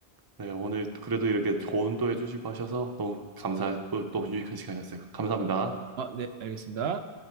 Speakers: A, on the right; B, on the right.
A: 네, 오늘 그래도 이렇게 조언도 해주시고 하셔서 너무 감사했고 또 유익한 시간이었어요. 감사합니다.
B: 아, 네, 알겠습니다.